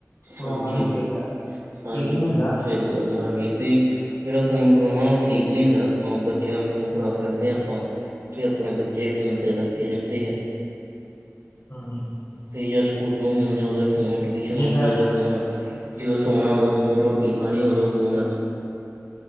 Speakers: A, on the left; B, on the right.
A: ਫੜਾਉਣਾ
B: ਹਾਂਜੀ
A: ਨੀ ਚਾਹੀਦਾ ਠੀਕ
B: ਹਾਂਜੀ
A: ਨਹੀਂ
B: ਬਿਲਕੁਲ
A: ਹੁੰਦਾ।
B: ਸਹੀ ਗੱਲ ਹਾਂਜੀ ਵੀ ਜਿਹੜਾ ਫੋਨ ਫੜਾਉਣਾ ਉਹ ਠੀਕ ਨਹੀਂ ਹੁੰਦਾ ਆਪਾਂ ਬੱਚਿਆਂ ਨੂੰ ਜਦੋਂ ਫੜਾ ਛੱਡਦੇ ਹਾਂ ਆਪਾਂ ਕਿ ਆਪਣੇ ਬੱਚੇ ਫੋਨ 'ਤੇ ਲੱਗੇ ਰਹਿੰਦੇ ਆ।
A: ਹਾਂਜੀ।
B: ਫੇਰ ਜਦੋਂ ਸਕੂਲਾਂ ਵੀ ਆਉਂਦੇ ਉਦੋਂ ਵੀ ਫੋਨ ਟਿਊਸ਼ਨ
A: ਜੇ
B: ਆਉਂਦੇ
A: ਫਿਰ
B: ਉਦੋਂ ਫੋਨ ਜਦੋਂ ਸੋਣਾ ਉਦੋਂ ਹੂਣ ਰੋਟੀ ਖਾਣੀ ਉਦੋਂ ਫੋਨ